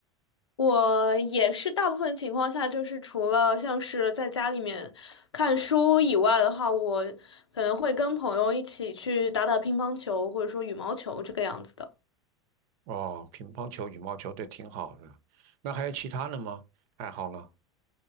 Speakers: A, on the left; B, on the right.
A: 我也是大部分情况下，就是除了像是在家里面看书以外的话，我可能会跟朋友一起去打打乒乓球或者说羽毛球这个样子的。
B: 哦，乒乓球、羽毛球这挺好的。那还有其他的吗？爱好呢？